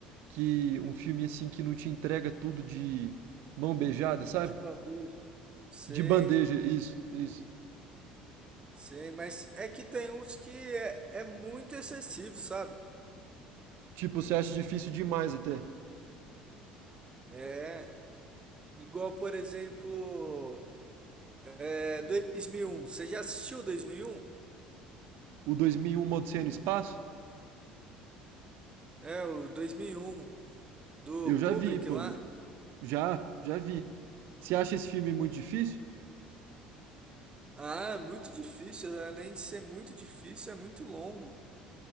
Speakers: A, on the right; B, on the right.
A: Que um filme assim que não te entrega tudo de mão beijada, sabe?
B: de bandeja. Sim,
A: De bandeja, isso, isso.
B: sim, mas é que tem uns que é, é muito excessivo, sabe?
A: Tipo, você acha difícil demais até.
B: É, igual por exemplo, é, 2001. Você já assistiu 2001?
A: O 2001 Uma Odisseia no Espaço?
B: É, o 2001 do
A: Eu já
B: Kubrick
A: vi, pô.
B: lá.
A: Já, já vi. Você acha esse filme muito difícil?
B: Ah, é muito difícil. Além de ser muito difícil, é muito longo.